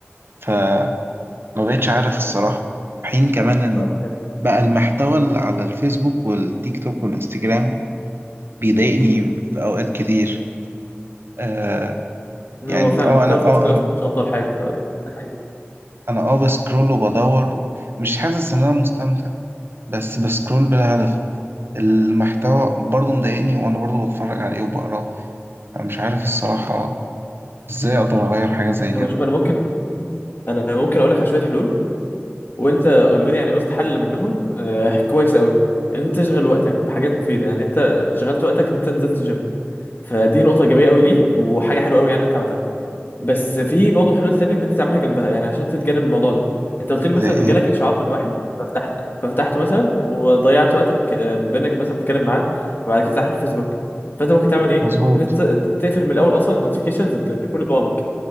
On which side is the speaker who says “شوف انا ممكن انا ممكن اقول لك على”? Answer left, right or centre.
Left